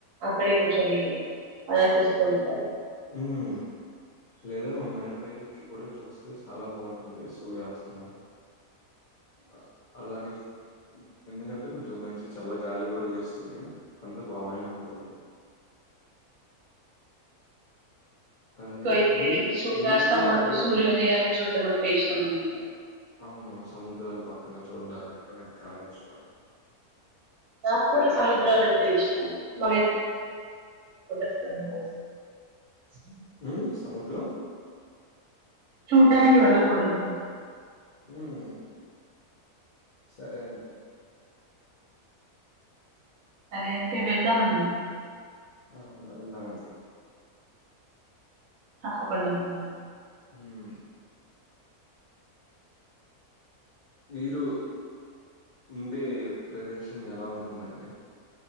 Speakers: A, on the right (about 65°); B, on the left (about 85°).
A: అక్కడే కూర్చొని అలా చూస్తూ ఉంటారు
B: ఉమ్ లేదా మా మేడ పైకి ఎక్కి కూడా చూస్తే చాలా బాగుంటుంది సూర్యాస్తమం. అ అలాగే ఎందుకంటే కొంచెం మంచి చల్ల గాలి కూడా వీస్తుంది అంత బాగనే ఉంటుంది. అదండి
A: ఇంకైతే
B: మీరు
A: సూర్యాస్తమాలు
B: మీకు అటువైపు
A: సూర్యోదయాలు చూ డం అంటే ఇష్టం అనమాట
B: అవును సముద్రాలు పక్కన చూడ్డాలంటే నాకు చాలా ఇష్టం
A: నాక్కూడా సముద్రాలు అంటే ఇష్టం మా <unintelligible>
B: మ్మ్ సముద్రం
A: చూడ్డానికి వెళ్ళకూడదు
B: హ్మ్ సరే అండి
A: సరే అంటే వెళ్దామని
B: ఆ వెళ్దామండి
A: తప్పకుండా నండి
B: హ్మ్ మీరు ఉండే ప్రదేశం ఎలా ఉంటుందండి